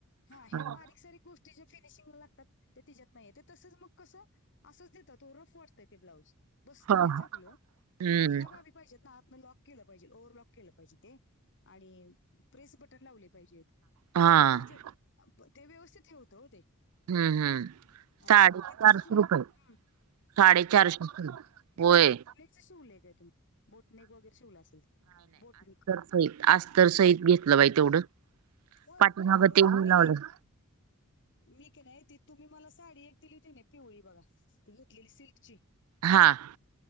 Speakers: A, on the left (about 55°); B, on the right (about 75°).
A: हां ह्या
B: हा
A: बारीक सारीक गोष्टीं. ते जे फिनिशिंगला लागतांत ते तिच्यांत नाहींयेत ते तसंच मंग कसं असंच देतांत तो रफं वाटतं ते ब्लांउज. बसतं
B: हा
A: ते चांगलं
B: हम्म
A: पणं ह्यां बाबी पाहिजेत नां आंतन लॉक केलं पाहिजे ओवर्ह लॉक केलं पाहिजे ते. आणि प्रेस बटंन लावले पाहिजेत.
B: हां.
A: म्हणजे ते व्यवस्थित हे होतं ते.
B: हम्मं हम्मं
A: हा,
B: सांडे
A: मग ते
B: चारशे
A: तसंच
B: रुपये.
A: हं,
B: साडे चारशे होयं.
A: कशं शिवलेख आहे तुमं बोटनेक वगैरें शिवलां असेल बोटनेक.
B: होयं अस्तंर सहित घेतलं बाहि तेवढं.
A: हो
B: पाठीमाग
A: आंहो
B: ते हे
A: मी.
B: लावलं
A: मी कां नाहीं ती तुम्हीं मलां सांडी एक दिली होती नाहीं पिवळी बघां. घेतलेली सिल्कची.
B: हां.